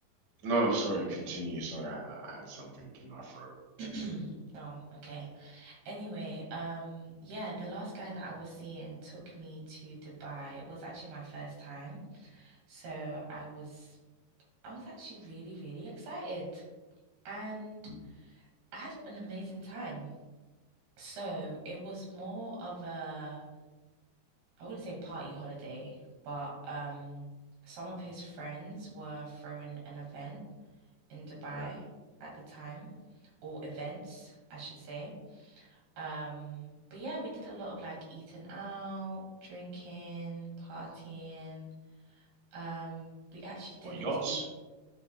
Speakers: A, on the right (about 35°); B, on the right (about 70°).
A: No, sorry, continue. Sorry, I, I I had something in my throat.
B: <clears throat> Oh, okay. Anyway, um, yeah, the last guy that I was seeing took me to Dubai. It was actually my first time. So I was I was actually really, really excited. And
A: Mhm.
B: I had an amazing time. So it was more of a I wouldn't say party holiday, but um some of his friends were throwing an event in Dubai
A: Uh,
B: at the time, or events, I should say. Um, but yeah, we did a lot of like eating out, drinking, partying. Um, we actually didn't
A: what yachts?
B: do,